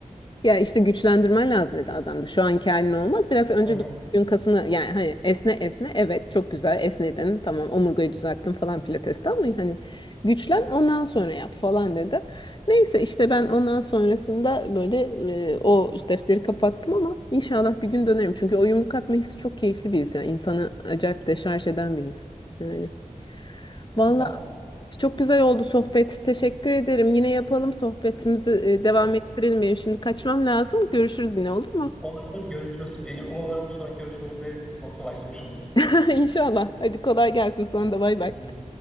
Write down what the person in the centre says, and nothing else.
Hı hı.
Süper.
O-
olur olur görüşürüz. E, Umarım bir sonraki görüşmemizde kickboksa başlamış oluruz.
Görüşürüz.